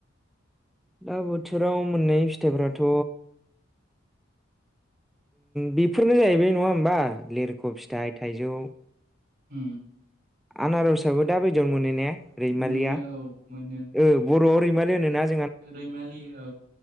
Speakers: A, in the centre; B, on the right.
A: दा बोथोराव मोननाय फिथाइफोराथ बेफोरनो जाहैबाय नङा होमबा लिरख' फिथाइ थाइजौ
B: ह
A: आनारसाबो दाब बे जन्मनि रया
B: मोनो औ मोनो
A: ालो
B: रैमालि औ